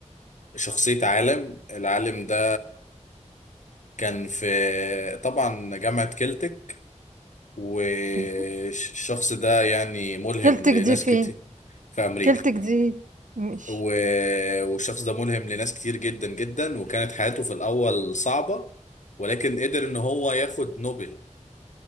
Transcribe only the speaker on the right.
كلتك
كلتك
دي فين
كلتك دي ماشي